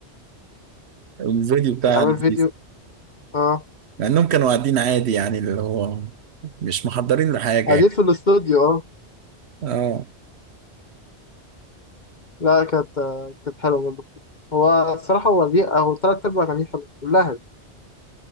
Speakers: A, on the right (about 70°); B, on the left (about 40°).
A: الفيديو بتاعها
B: كان عامل
A: لذيذ
B: فيديو آه
A: مع إنهم كانوا قاعدين عادي يعني اللي هو مش محضرين لحاجة
B: قاعدين
A: يعني
B: في الاستوديو آه
A: اه
B: لا كانت كانت حلوة برضه هو الصراحة هو ليه هو تلات أرباع أغانيه حلوة كلها يعني.